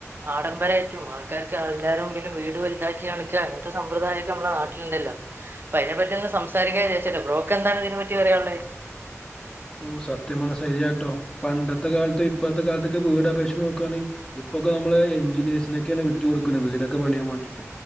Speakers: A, on the right; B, on the left.
A: ആഡംബര ഏറ്റവും ആൾക്കാർക്ക് എല്ലാവരും പിന്നെ വീട് വലുതാക്കി കണിക്കുക അങ്ങനത്തെ സമ്പ്രദായംൊക്കെ നമ്മളെ നാട്ടിലുണ്ടല്ലോ അപ്പ അതിനെപ്പറ്റി ഒ സംസാൻ വിചച്ചില്ല ബ്രോക്ക് എന്താണ് ഇതിനെ പറ്റി പറയുള്ളത്
B: ഓ സത്യം പറ ശരിയാട്ടോ പണ്ടത്തെ കാലത്ത് ഇപ്പഴത്തെ കാലത്തൊക്കെ വീട് അപേക്ഷിച്ച് നോക്കുകവാണ ഇപ്പൊക്കെ നള് എഞ്ചിനീേഴ്സിനക്കെയാണ് വിട്ട കൊടുക്കുന്നത് വീടൊക്കെ പണിയാൻ വേണ്ടീട്ട്